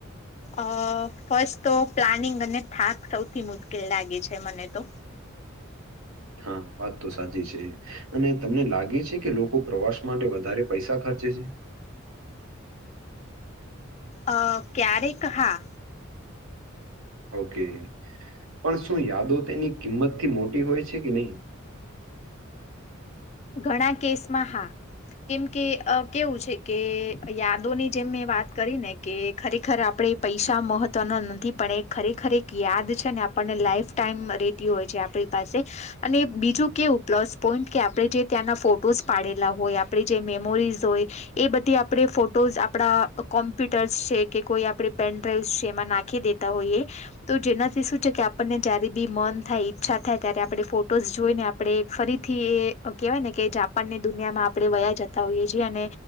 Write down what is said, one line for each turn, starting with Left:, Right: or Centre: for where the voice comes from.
Left: અ ફસ્ટ તો પ્લાનિંગ અને થાક સૌથી મુશ્કેલ લાગે છે મને તો
Right: હા વાત તો સાચી છે. અને તમને લાગે છે કે લોકો પ્રવાસ માટે વધારે પૈસા ખર્ચે છે.
Left: અ ક્યારેક હા
Right: ઓકે પણ શું યાદો તેની કિંમતથી મોટી હોય છે કે નહીં
Left: ઘણા કેસ માં હા કેમ કે અ કેવું છે કે યાદોની જેમ મેં વાત કરી ને કે ખરેખર આપણે પૈસા મહત્વના નથી પણ એ ખરેખર એક યાદ છે ને આપણને લાઈફ ટાઈમ રેતી હોય છે આપણી પાસે અને બીજું કેવું પ્લસ પોન્ટ કે આપણે જે ત્યાંના ફોટોસ પાડેલા હોય આપણે જે મેમોરીઝ હોય એ બધી આપણે ફો ફોટોસ આપડા કોમ્પ્યુટર્સ છે કે કોઈ આપણે પેનડ્રાઈવસ છે એમાં નાખી દેતા હોઈએ તો જેનાથી શું છે કે આપણને જયારે બી મન થાય ઈચ્છા થાય ત્યારે આપણે ફોટોઝ જોઈને આપણે ફરી થી એ કેહેવાય ને કે જાપાન ની દુનિયામાં આપણે વયા જતા હોઈએ છીએ અને